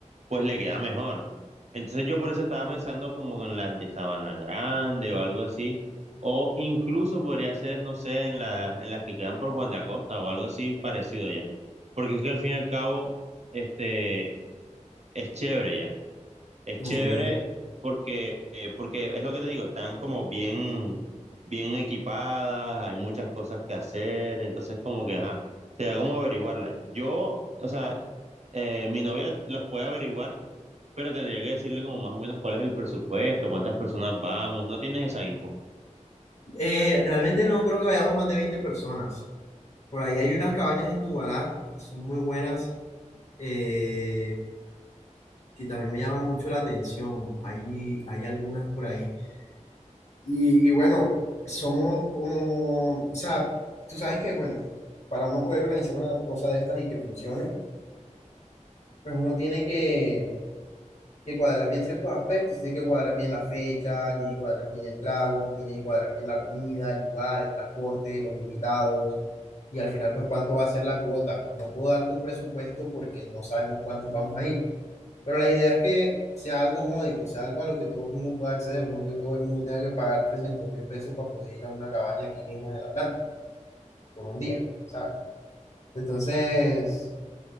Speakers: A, on the right; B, on the left.
A: pues le queda mejor. Entonces yo por eso estaba pensando como en las de Sabana Grande o algo así, o incluso podría ser, no sé, en la, en las que quedan por Juan de Acosta o algo así parecido ya. Porque es que al fin y al cabo, este, es chévere ya es
B: ok.
A: chévere porque, eh, porque es lo que te digo, están como bien, bien equipadas, hay muchas cosas que hacer, entonces como que, ajá, será como averiguarla. Yo, o sea, eh, mi novia los puede averiguar, pero tendría que decirle como más o menos cuál es el presupuesto, cuántas personas vamos, no tienes esa info.
B: Eh, realmente no creo que vayamos más de 20 personas. Por ahí hay unas cabañas en Tubará que son muy buenas, eh, que también me llaman mucho la atención. Hay, hay algunas por ahí. Y, y bueno, somos como, o sea, tú sabes que, bueno, para uno poder organizar una cosa de estas y que funcione, pues uno tiene que que cuadrar bien ciertos aspectos, tiene que cuadrar bien la fecha, tiene que cuadrar bien el trago, tiene que cuadrar bien la comida, el lugar, el transporte, los invitados, y al final, pues, cuánto va a ser la cuota. Pues no puedo darte un presupuesto porque no sabemos cuántos vamos a ir, pero la idea es que sea algo módico, sea algo a lo que todo el mundo pueda acceder, no que todo el mundo tenga que pagar trescientos mil pesos para poder ir a una cabaña aquí mismo en el Atlántico por un día, ¿sabes? Entonces,